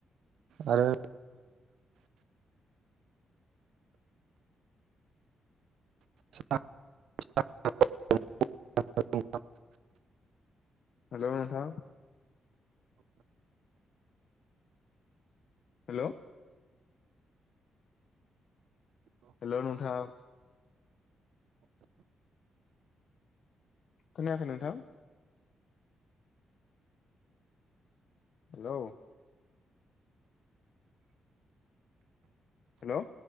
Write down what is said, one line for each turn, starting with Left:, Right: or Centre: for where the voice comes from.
Right: आरो <inaudible> <inaudible>
Left: हेलौ नोंथां। हेल' हेलौ नोंथां खोनायाखै नोंथां? Hello hello